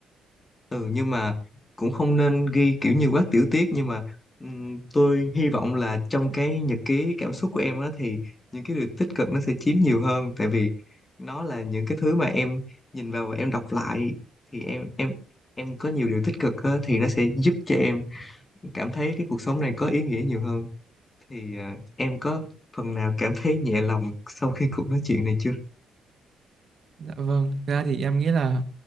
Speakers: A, on the left (about 25°); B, on the right (about 50°).
A: Ừ nhưng mà cũng không nên ghi kiểu nhiều quá tiểu tiết nhưng mà ừm, tôi hy vọng là trong cái nhật ký cảm xúc của em á thì những cái điều tích cực nó sẽ chiếm nhiều hơn tại vì nó là những cái thứ mà em nhìn vào và em đọc lại thì em em em có nhiều điều tích cực á thì nó sẽ giúp cho em cảm thấy cái cuộc sống này có ý nghĩa nhiều hơn thì à, em có phần nào cảm thấy nhẹ lòng sau khi cuộc nói chuyện này chưa?
B: Dạ vâng, thực ra thì em nghĩ là